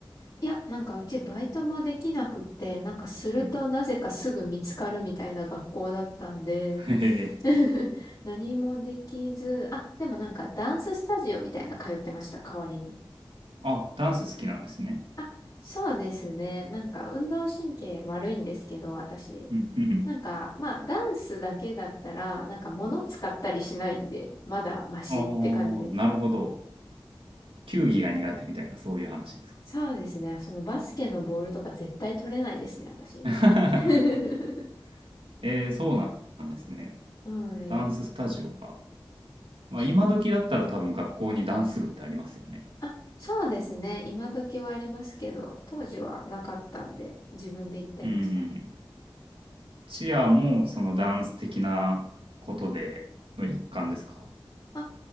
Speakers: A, on the left; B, on the right.
A: いや、なんかうちバイトもできなくって、なんかするとなぜかすぐ見つかるみたいな学校だったんで、
B: うん。へへ
A: <laughs> 何もできず、あ、でもなんかダンススタジオみたいな通ってました、代わりに。
B: あ、ダンス好きなんですね。
A: あそうですね。なんか運動神経悪いんですけど、私。
B: うん、うんうん。
A: なんか、まあ、ダンスだけだったら、なんか物使ったりしないんで、まだマシって感じです。
B: ああ、なるほど。球技が苦手みたいな、そういう話ですか。
A: そうですね。そのバスケのボールとか絶対取れないですね、私。
B: <laughs>
A: <laughs>
B: えー、そうなんですね。
A: はい。
B: ダンススタジオか。まあ、
A: そう。
B: 今時だったら多分学校にダンス部ってありますよね。
A: あ、そうですね。今時はありますけど、当時はなかったんで、自分で言ってました。
B: うん。チアもそのダンス的なことでの一環ですか
A: あ